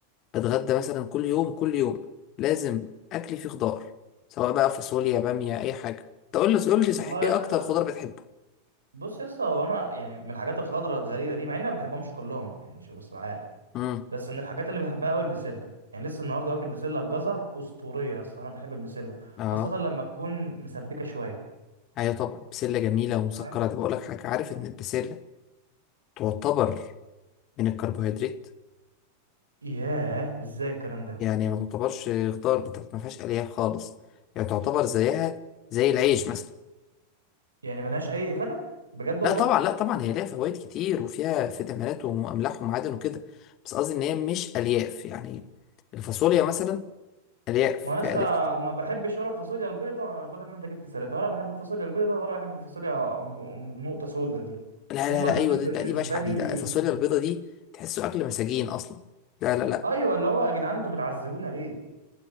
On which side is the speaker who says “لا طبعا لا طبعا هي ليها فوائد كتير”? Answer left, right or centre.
Left